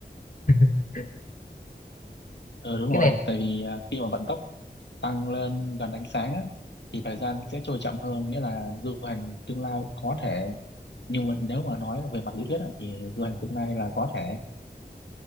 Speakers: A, on the left (about 50°); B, on the left (about 85°).
A: <laughs>
B: ờ đúng
A: cái
B: rồi
A: này
B: tại vì ờ, khi mà vận tốc tăng lên gần ánh sáng á, thì thời gian sẽ trôi chậm hơn nghĩa là du hành tương lai có thể nhưng mà nếu mà nói là về mặt lý thuyết á, thì du hành tương lai là có thể